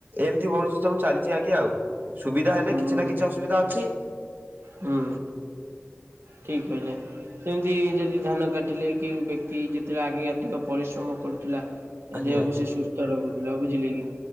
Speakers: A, on the right; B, on the right.
A: ଏମିତି ବହୁତ ସବୁ ଚାଲିଛି ଆଜ୍ଞା ଆଉ ସୁବିଧା ହେଲେ
B: ହୁଁ
A: କିଛି ନା କିଛି ଅସୁବିଧା ଅଛି
B: ହୁଁ ଠିକ କହିଲେ? ସେମିତି ଯଦି ଧାନ କାଟିଲେ କି ବ୍ୟକ୍ତି ଯେତେବେଳେ ଆଗେ ଅଧିକ ପରିଶ୍ରମ କରୁଥିଲା। ତା
A: ଆଜ୍ଞା।
B: ଦେହକୁ ସେ ସୁସ୍ଥ ରଖୁଥିଲା ଆଉ ବୁଝିଲେ କି?